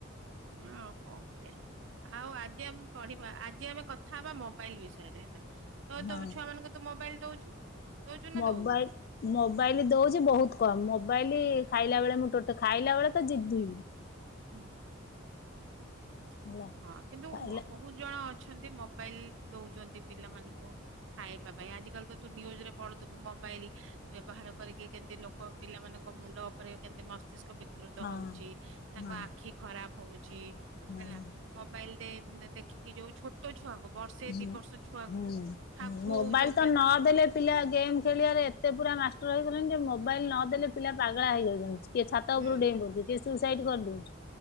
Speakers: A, on the right (about 65°); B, on the left (about 50°).
A: ହଁ କଣ କରିବା ଆଉ ପଢିବା ଆଜି ଆମେ କଥା ହବା ମୋବାଇଲ ବିଷୟରେ ହେଲା ତ
B: ହଁ।
A: ତ ଛୁଆ ମାନଙ୍କୁ ତୁ ମୋବାଇଲ ଦଉଛୁ? ଦଉଛୁ ନା
B: ମୋବାଇଲ
A: ଦଉନୁ?
B: ମୋବାଇଲ ଦୋଉଚି ବହୁତ କମ ମୋ ମୋବାଇଲି ଖାଇଲା ବେଳେ ମୁଁ ଟୋଟେ ଖାଇଲା ବଳେ ତ ଜିଦ୍ଧି
A: ହୁଁ ହଁ
B: ହେଲା
A: ହଁ କିନ୍ତୁ
B: ଖାଇଲା
A: ବହୁତ ଜଣ ଅ ମୋବାଇଲ ଦଉଛନ୍ତି। ପିଲାମାନଙ୍କୁ ଖାଇବା ପାଇଁ ଆଜିକାଲି ତ ତୁ ନ୍ୟୁଜରେ ପଢୁଥିବୁ ମୋ ମୋବାଇଲ ବ୍ୟବହାର କରିକି କେମିତି ଲୋକ ପିଲାମାନଙ୍କ ମୁଣ୍ଡ ଉପରେ କେମତି ମସ୍ତିଷ୍କ ବି ବିକୃତ
B: ହଁ
A: ହଉଛି। ତାଙ୍କ
B: ହଁ
A: ଆଖି ଖରାପ ହଉଚ
B: ହଁ
A: ହେଲା ମୋବାଇଲ ଦେଖିକି ଯୋଉଁ ଛୋଟ ଛୁଆଙ୍କୁ ବର୍ଷେ
B: ହଁ
A: ଦି ବର୍ଷ ଛୁଆକୁ
B: ହଁ
A: ଖା ଖୁଅଉଛନ୍ତି।
B: ମୋବାଇଲ ତ ନଦେଲେ ପିଲା
A: ହୁଁ।
B: ଗେମ ଖେଳିବାରେ ଏତେ ଏତେ ପୁରା ମାଷ୍ଟର ହେଇଗଲେଣି ଯେ ମୋବାଇଲ ନଦେଲେ ପିଲା ପାଗଳା ହେଇଯାଉଛନ୍ତି। କିଏ ଛାତ
A: ହୁଁ
B: ଉପରୁ ଡେଇଁ ପଡୁଛି କିଏ ସୁସାଇଡ କରିଦଉଛି,